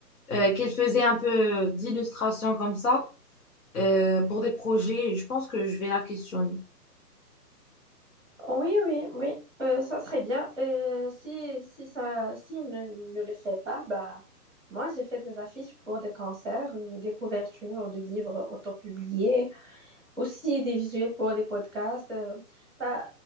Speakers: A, on the left; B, on the right.
A: euh, qu'il faisait un peu d'illustration comme ça euh, pour des projets. Je pense que je vais la questionner.
B: Oui, oui, oui, Euh, ça serait bien. Euh, si, si ça, si il ne, ne le fait pas, bah, moi, j'ai fait des affiches pour des concerts, euh, des couvertures de livres autopubliés, aussi des visuels pour des podcasts. euh, bah,